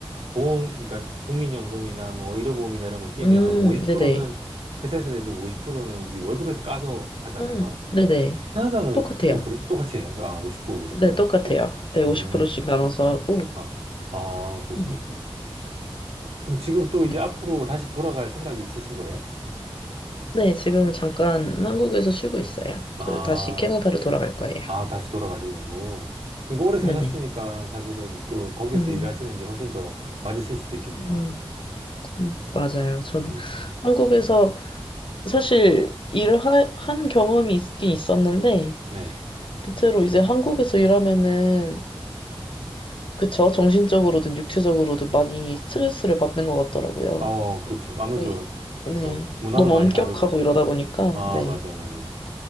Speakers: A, on the right (about 80°); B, on the left (about 55°).
A: 보험, 그러니까 국민연금이나 뭐 의료보험이나 이런 걸 떼면
B: 음,
A: 50%는
B: 네네.
A: 회사에서 내주고 50%는 우리 월급에서 까서 하잖아요.
B: 음, 네네.
A: 캐나다는
B: 똑같아요.
A: 또 그래 똑같이 해요. 아, 50% 50%
B: 네, 똑같아요.
A: 해가지고.
B: 네, 50%씩
A: 음,
B: 나눠서 하고,
A: 아, 아, 그러시고
B: 네.
A: 그렇구나. 아, 그럼 지금 또 이제
B: 네.
A: 앞으로 다시 돌아갈 생각이 있으신 거예요?
B: 네, 지금 잠깐 한국에서 쉬고 있어요.
A: 아,
B: 그리고 다시 캐나다로 돌아갈 거예요.
A: 아, 다시 돌아가시려고. 그러니까 오래 사셨으니까
B: 네네.
A: 사실은 또 거기서
B: 음,
A: 일하시는 게 훨씬 더 맞으실 수도 있겠네요.
B: 음, 음, 맞아요. 저는
A: 음,
B: 한국에서 사실 일을 하, 한 경험이 있긴 있었는데
A: 네.
B: 대체로 이제 한국에서 일하면은 그쵸 정신적으로든 육체적으로든 많이 스트레스를 받는 것 같더라고요.
A: 어, 그쵸. 아무래도,
B: 네,
A: 그쵸.
B: 네.
A: 문화도
B: 너무
A: 많이
B: 엄격하고
A: 다르고.
B: 이러다 보니까
A: 아,
B: 네.
A: 맞아요, 맞아요.